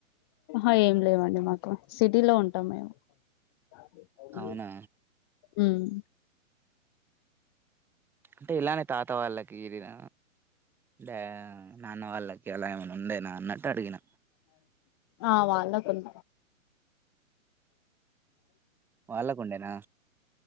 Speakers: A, on the left (about 20°); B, in the centre.
A: ఆ ఏం లేవండి మాకు సిటీలో ఉంటాం మేము అవును
B: అవునా
A: ఉమ్
B: అంటే ఇలానే తాత వాళ్ళకి గరిన బె ఆ నాన్న వాళ్ళకి ఎలా ఏమైనా ఉండేనా అన్నట్టు అడిగిన
A: ఆ వాలోకాలు
B: వాళ్ళకుండేనా